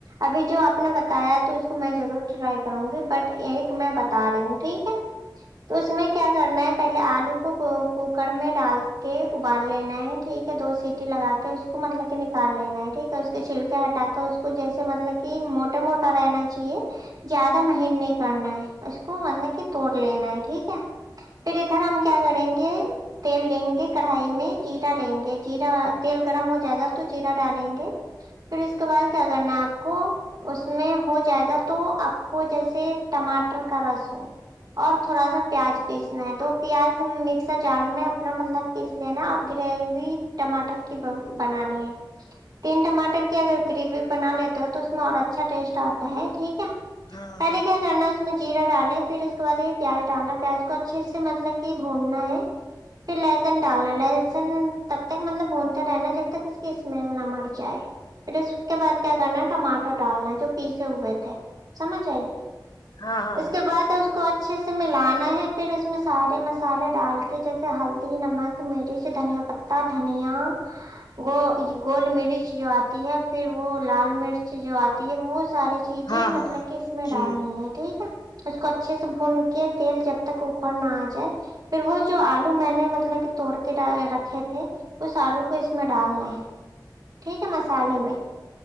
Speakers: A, on the right; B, on the left.
A: ابھی جو آپ نے بتایا ہے تو اس کو میں ضرور ٹرائی کروں گی بٹ ایک میں بتا رہی ہوں ٹھیک ہے تو اس میں کیا کرنا ہے پہلے آلو کو کوکر میں ڈال کے ابال لینا ہے ٹھیک ہے دو سیٹی لگا کے اس کو مطلب کہ نکال لینا ہے ٹھیک ہے اس کے چھلکے ہٹا کے اس کو جیسے مطلب کہ موٹا موٹا رہنا چاہیے زیادہ مہین نہیں کرنا ہے اس کو مطلب کہ توڑ لینا ہے ٹھیک ہے پھر ادھر ہم کیا کریں گے تیل لیں گے کڑھائی میں جیرا لیں گے جا تیل گرم ہو جائے گا تو جیرا ڈالیں گے پھر اس کے بعد کیا کرنا ہے آپ کو اس میں ہو جائے گا تو آپ کو جیسے ٹماٹر کا رس ہو اور تھوڑا سا پیاز پیسنا ہے دو پیاز مکسر جار میں اپنا بطلب پیس لینا ہے اور گریوی ٹماٹر کی بنانی ہے تین ٹماٹر کی اگر گریوی بنا لیتے ہو تو اس میں اور اچھا ٹیسٹ آتا ہے ٹھیک ہے
B: ہاں
A: پہلے
B: ہاں
A: کیا کرنا اس میں جیرہ ڈالے پھر اس کے بعد یہ پیاز ڈالنا پیاز کو اچھے سے مطلب کہ بھوننا ہے پھر لہسن ڈالنا لہسن تب تک مطلب بھونتے رہنا جب تک اس کی اسمیل نہ مر جائے پھر اس کے بعد کیا کرنا ٹماٹر ڈالنا جو پیسے ہوئے تھے سمجھ آئی
B: ہاں ہاں
A: اس کے بعد اس کو اچھے سے ملانا ہے پھر اس میں سارے مسالے ڈال کے جیسے ہلدی نمک مرچ دھنیا پتتا دھنیا گ گول مرچ جو آتی ہے پھر وہ لال مرچ جو آتی ہے وہ ساری چیزیں
B: ہاں
A: مطلب
B: ہاں
A: کہ اس میں ڈالنی
B: جی
A: ہے ٹھیک ہے اس کو اچھے سے بھون کے تیل جب تک اوپر نہ آ جائے پھر وہ جو آلو میں نے مطلب توڑ کے رکھے تھے اس آلو کو اس میں ڈالنا ہے ٹھیک ہے مسالے میں